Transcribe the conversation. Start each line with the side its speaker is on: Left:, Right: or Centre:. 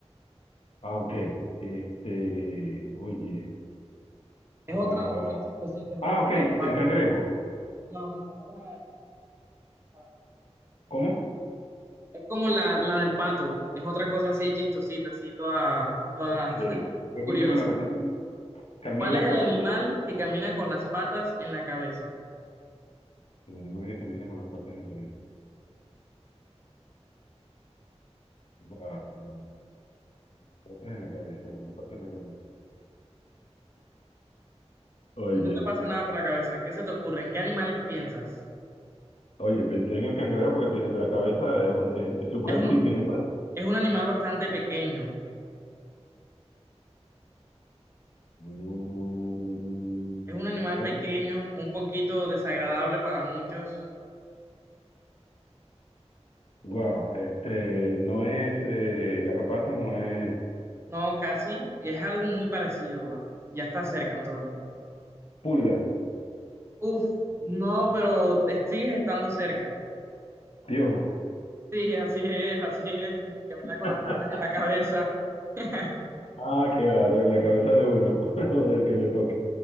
Left: Ah, ok. Este, oye.
Right: Es
Left: Ah,
Right: otra, otra chistosita, es
Left: Ah,
Right: como
Left: ok,
Right: la del pato.
Left: el cangrejo.
Right: No, no, no, es como la del pato.
Left: ¿Cómo?
Right: Es como la, la del pato, es otra cosa así chistosita, así toda, toda
Left: ok. Repítemela,
Right: curiosa.
Left: repítemela. Camina
Right: ¿Cuál es el
Left: con...
Right: animal que camina con las patas en la cabeza?
Left: El animal que camina con las patas en la cabeza. La- la- patas en la cabeza, con las patas en la cabeza. Oye,
Right: No te pasa nada por la cabeza. ¿Qué se te ocurre? ¿En qué animales piensas?
Left: oye, pensé en el cangrejo porque te- la cabeza es, un- es- es su cuerpo
Right: Es un,
Left: y tiene patas.
Right: es un animal bastante pequeño.
Left: Mm,
Right: Es un animal
Left: bueno,
Right: pequeño, un poquito desagradable para muchos.
Left: wow, este, no es eh, garrapata, no es
Right: No, casi. Es algo muy parecido. bueno, ya está cerca, Antonio.
Left: pulga
Right: Uf, no, pero te sigues estando cerca.
Left: piojo.
Right: Sí, así es, así es, el que camina con
Left: <laughs>
Right: las patas en la cabeza. <laughs>
Left: Ah, claro, en la cabeza de uno <laughs> o del que le toque.